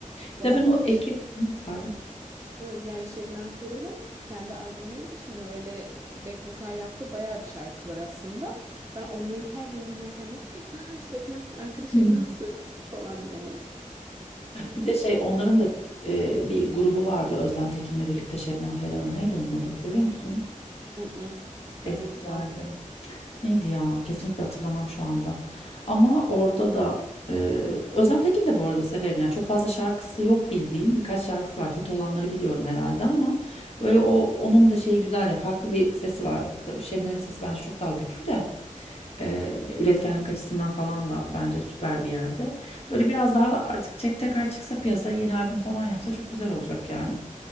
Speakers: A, on the right (about 25°); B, on the left (about 45°).
A: Zaten
B: Bir de ben o ekip
A: şey
B: Hı, pardon.
A: ha, yani Şebnem Ferah'ın kendi albümleri dışında öyle back vokal yaptığı bayağı bir şarkı var aslında. Ben onların her birini dinlerken böyle ha Şebnem arkadaş
B: <laughs>
A: Şebnem
B: Hı.
A: söylüyor falan diyor. Hı.
B: Bir de şey onların da e, bir grubu vardı Özlem Tekin'le birlikte Şebnem Ferah'ın neydi onun adı hatırlıyor musun?
A: mm, hı.
B: Eskilerde.
A: Evet vardı.
B: Neydi ya? Kesinlikle hatırlamam şu anda. Ama orada da e, Özlem Tekin de bu arada severim. Yani çok fazla şarkısı yok bildiğim. Birkaç şarkısı var. Hit olanları biliyorum herhalde ama böyle o onun da şeyi güzel ya. Farklı bir sesi var. Tabii Şebnem'in sesi bence çok daha güçlü de. e, üretkenlik açısından falan da bence süper bir yerde. Böyle biraz daha artık çek tekrar çıksa piyasaya yeni albüm falan yapsa çok güzel olacak yani.